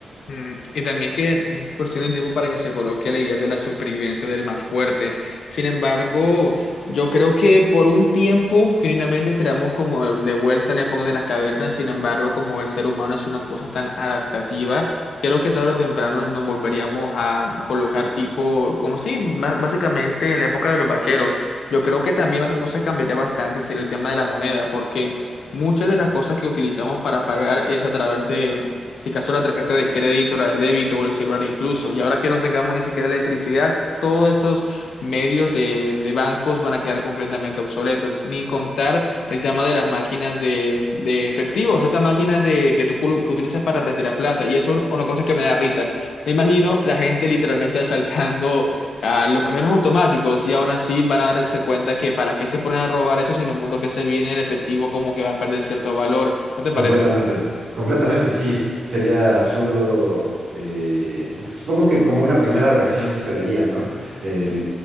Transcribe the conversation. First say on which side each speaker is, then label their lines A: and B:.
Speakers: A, on the left (about 70°); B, on the right (about 70°).
A: Mm, Y también que es cuestión de tiempo para que se coloque la idea de la supervivencia del más fuerte. Sin embargo, yo creo que por un tiempo, genuinamente, estaremos como de vuelta en la época de las cavernas. Sin embargo, como el ser humano es una cosa tan adaptativa, creo que tarde o temprano nos volveríamos a colocar tipo, como sí, ba- básicamente en la época de los vaqueros. Yo creo que también otra cosa que cambiaría bastante sería el tema de la moneda, porque... Muchas de las cosas que utilizamos para pagar es a través de si acaso la tarjeta de crédito, la de débito o el celular incluso. Y ahora que no tengamos ni siquiera electricidad, todos esos medios de, de bancos van a quedar completamente obsoletos. Ni contar el tema de las máquinas de, de efectivo, o sea, estas máquinas de, que tú cul- que utilizas para retirar plata. Y eso es una cosa que me da risa. Me imagino la gente literalmente asaltando a los cajeros automáticos y aún así van a darse cuenta que para qué se ponen a robar eso si en el mundo que se viene el efectivo como que va a perder cierto valor. ¿No te parece?
B: Completamente, completamente, sí. Sería absurdo. eh, pues, supongo que como una primera reacción sucedería, ¿no? Eh,